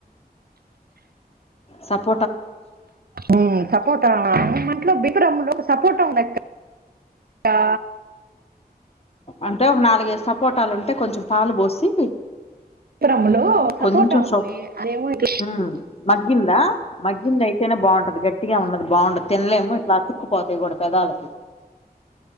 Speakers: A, on the left (about 40°); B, on the right (about 70°).
A: సప్
B: ఉమ్ సపోటా మంట్లో బికారంలో సపోర్ట ఉందక్క ఆ
A: అంటే ఒక నాలుగైదు సపోటాలు ఉంటే కొంచెం పాలు పోసి
B: టబ్లో సపోర్ట
A: కొంచెం సొ
B: ఉంది ఏమో ఆయ్
A: ఉమ్ మగ్గిందా మగ్గింది అయితేనే బాగుంటది గట్టిగా ఉన్నది బాగుంటది తినలేము ఇట్లా చుక్కుపోతాయి కూడా పెదాలకి